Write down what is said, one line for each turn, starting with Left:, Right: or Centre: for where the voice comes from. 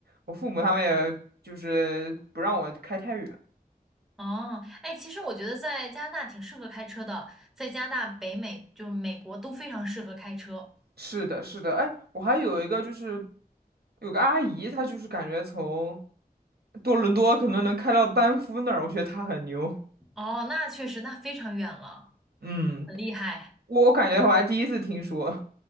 Right: 我父母他们也就是不让我开太远。
Centre: 哦，哎，其实我觉得在加拿大挺适合开车的，在加拿大、北美就是美国都非常适合开车。
Right: 是的，是的，哎，我还有一个就是有个阿姨，她就是感觉从多伦多可能能开到班夫那儿，我觉得她很牛。
Centre: 哦，那确实，那非常远了，
Right: 嗯，
Centre: 很厉害。
Right: 我感觉我还第一次听说。